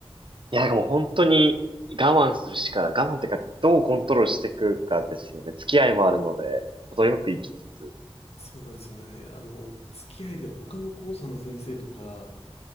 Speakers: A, on the right; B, on the left.
A: いや、もう本当に我慢するしか、我慢っていうか、どうコントロールしていくかですよね。付き合いもあるので、程よく生きつつ。
B: そうなんですよね。あの、付き合いで他の校舎の先生とか、